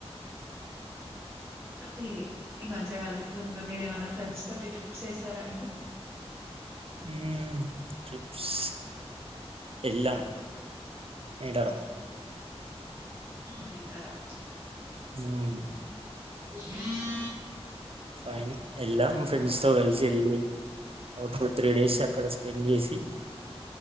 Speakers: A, on the right; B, on the right.
A: అటి ఈ మధ్యకాలంలో మీరేమైనా ఫ్రెండ్స్ తోటి ట్రిప్స్ ఎసారా అండి
B: ఉ ట్రీప్స్ ఎల్లాం మీడారు
A: నేన రమా
B: ఉమ్
A: ట్రిప్
B: ఫైన్ ఎల్లమ్ ఫ్రెండ్స్ తో కలిసేల్లి ఓ టు త్రీ డేస్ అక్కడ స్పెండ్ చేసి